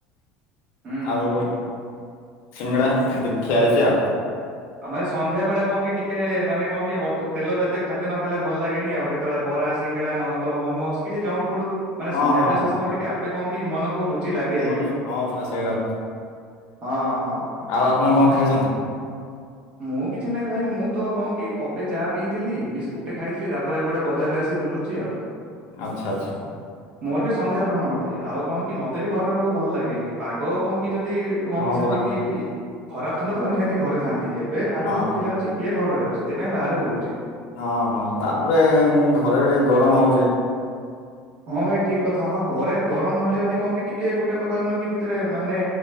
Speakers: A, on the right (about 35°); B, on the left (about 60°).
A: ହୁଁ
B: ଆଉ
A: ହୁଁ
B: ସିଙ୍ଗଡା ଏମିତି ଖିଆ ହେଇଚି ଆଉ।
A: ଆଉ ଭାଇ ସନ୍ଧ୍ୟା ବେଳେ କଣ କି ଟିକେ ମାନେ କଣ କି ତେଲ ଜାତୀୟ ଖାଦ୍ୟ ନ ଖାଇଲେ ଭଲ ଲାଗେନି ଆଉ। କେ ତେବେଳେ ବରା, ସିଙ୍ଗଡ଼ା, ନହେଲେ ତ ମୋମୋ, କିଛି ଜଙ୍କ୍ ଫୁଡ। ମାନେ
B: ହଁ
A: ସନ୍ଧ୍ୟା
B: ହଁ
A: ବେଳେ ଶେଷ
B: ହଁ
A: ପରେ ଟିକେ ଆପେ କଣ କି ମନକୁ ରୁଚି ଲାଗେ ଏ
B: ମନୁ
A: ଏକା।
B: ହଁ ପୁରା ସେଇଟା
A: ହଁ ହଁ।
B: ଆଉ ଆପଣ କଣ
A: ହଁ
B: ଖାଇଛନ୍ତି?
A: ମୁଁ କିଛି ନାହିଁ ଭାଇ। ମୁଁ ତ କଣ କି କପେ ଚା ପିଇଥିଲି, ବିସ୍କୁଟେ ଖାଇଥିଲି, ତାପ ପରେ ଏପଟେ ବଜାରରେ ଆସି ବୁଲୁଚି ଆଉ।
B: ଆଚ୍ଛା ଆଚ୍ଛା।
A: ମୋର ବି ସନ୍ଧ୍ୟା ଭ୍ରମଣ ଭାଇ। ଆଉ କଣ କି ମତେ ବି ଘରେ ହେବାକୁ ଭଲ ଲାଗେନି। ପାଗ କଣ କି ଯଦି କଣ
B: ହଁ
A: କି ସେତିକି
B: ପରା।
A: ଖରାପ ଥାନ୍ତା ତ ନିହାତି ଘରେ ଥାଆନ୍ତି। ଏବେ ପାଗ
B: ହଁ
A: ଶୁଖିଲା ଅଛି। କିଏ ଘରେ ରହିବ? ସେଥିପାଇଁ ବାହାରେ ବୁଲୁଚି।
B: ହଁ ହଁ ତାପରେ ଘରେ ବି ଟିକେ ଗରମ ହଉଚି।
A: ହଁ ଭାଇ ଠିକ୍ କଥା। ହଁ ଘରେ ଗରମ ନହେଲେ ଭାଇ କଣ କି ଟିକେ ଗୋଟେ ପ୍ରକାର ନୁହଁ କି ଭିତରେ ମାନେ